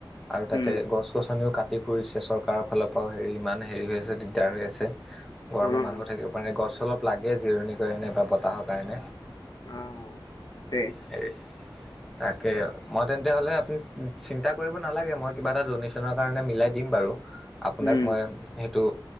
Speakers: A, in the centre; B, on the left (about 50°).
A: আৰু তাতে
B: উম।
A: গছ গছনি কা ফুৰিছে চৰকাৰৰ ফালৰ পৰাও হেৰি ইমান হেৰি হৈ আছে দিগদাৰ হৈ আছে
B: উম,
A: গৰমৰ মানুহ থাকিব পাৰে গছ অলপ লাগে জিৰণিৰ কাৰণে বা বতাহৰ কাৰণে।
B: অ', তাকে।
A: হেৰি তাকে মই তেন্তে হলে আপুনি চিন্তা কৰিব নালাগে মই কিবা এটা ডনেশ্যন কাৰণে মিলাই দিম বাৰু আপোনাক
B: উম,
A: মই টো